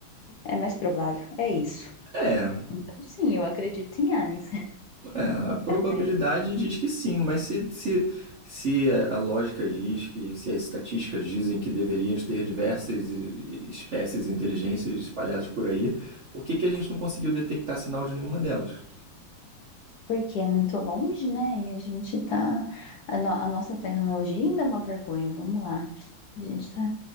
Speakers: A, on the left; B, on the right.
A: É mais provável, é isso.
B: É,
A: Então, sim, eu acredito em aliens.
B: É, a probabilidade
A: <laughs>
B: diz que sim, mas se, se, se a a lógica diz que, se as estatísticas dizem que deveríamos ter diversas e- e- espécies e inteligências espalhadas por aí, por que que a gente não conseguiu detectar sinal de nenhuma delas?
A: Porque é muito longe, né? E a gente tá. A, no- a nossa tecnologia ainda é uma vergonha, vamos lá. A gente tá.